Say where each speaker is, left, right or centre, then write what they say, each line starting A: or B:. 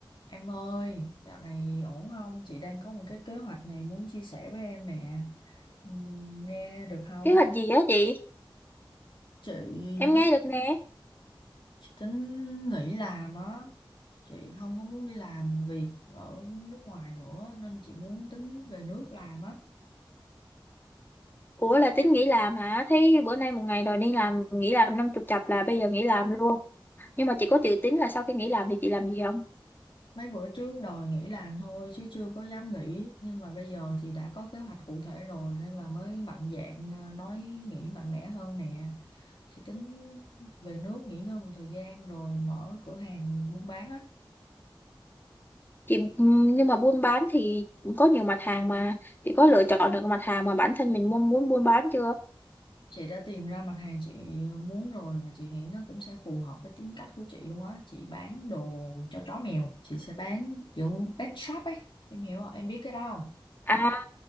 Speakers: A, on the left; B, on the left.
A: Em ơi, dạo này ổn không? Chị đang có một cái kế hoạch này muốn chia sẻ với em nè. Ừm, Nghe được không?
B: Kế hoạch gì á chị?
A: Chị
B: Em
A: tính,
B: nghe được nè.
A: chị tính nghỉ làm á. Chị không có muốn đi làm việc ở nước ngoài nữa nên chị muốn tính về nước làm á.
B: Ủa là tính nghỉ làm hả? Thấy bữa nay một ngày đòi đi làm, nghỉ làm năm chục chập là bây giờ nghỉ làm luôn. Nhưng mà chị có dự tính là sau khi nghỉ làm thì chị làm gì không?
A: Mấy bữa trước đòi nghỉ làm thôi chứ chưa có dám nghỉ nhưng mà bây giờ thì đã có kế hoạch cụ thể rồi nên là mới mạnh dạn ờ, nói nghỉ mạnh mẽ hơn nè. chị tính về nước nghỉ ngơi một thời gian rồi mở cửa hàng buôn bán á
B: Chị ừm, nhưng mà buôn bán thì cũng có nhiều mặt hàng mà chị có lựa chọn được mặt hàng mà bản thân mình mong muốn buôn bán chưa?
A: chị đã tìm ra mặt hàng chị muốn rồi và chị nghĩ nó cũng sẽ phù hợp với tính cách của chị luôn á chị bán đồ cho chó mèo chị sẽ bán kiểu pet shop ấy em hiểu không em biết cái đó không
B: À,